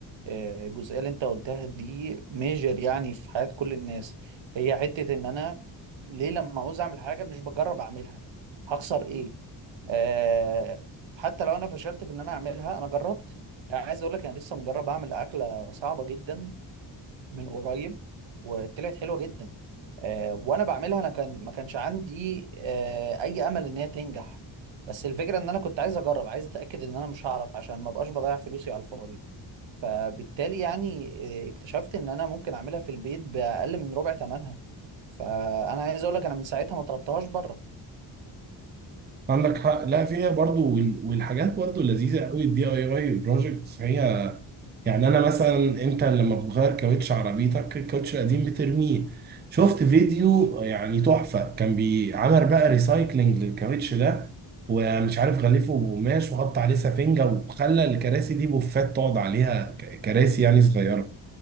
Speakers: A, on the right; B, on the right.
A: آه، الجزئية اللي انت قلتها دي ميجر يعني في حياة كل الناس هي حتة ان انا ليه لما عاوز اعمل حاجة مش بجرب اعملها هخسر ايه آه حتى لو انا فشلت في ان انا اعملها انا جربت يعني عايز اقول لك انا لسه مجرب اعمل اكله صعبه جدا من قريب وطلعت حلوه جدا آه وانا بعملها انا كان ما كانش عندي آه اي امل ان هي تنجح بس الفكره ان انا كنت عايز اجرب عايز اتاكد ان انا مش هعرف عشان ما بقاش بضيع فلوسي على الفاضي فبالتالي يعني آه، اكتشفت ان انا ممكن اعملها في البيت باقل من ربع ثمنها فانا عايز اقول لك انا من ساعتها ما طلبتهاش بره
B: عندك حق لا فيها برضو وال- والحاجات برضو لذيذه قوي الدي اي اي بروجكتس هي يعني انا مثلا انت لما بتغير كاوتش عربيتك الكاوتش القديم بترميه شفت فيديو يعني تحفه كان بيعمل بقى ريسايكلينج للكاوتش ده ومش عارف غلفه بقماش وحط عليه سفنجه وخلى الكراسي دي بوفات تقعد عليها ك- كراسي يعني صغيره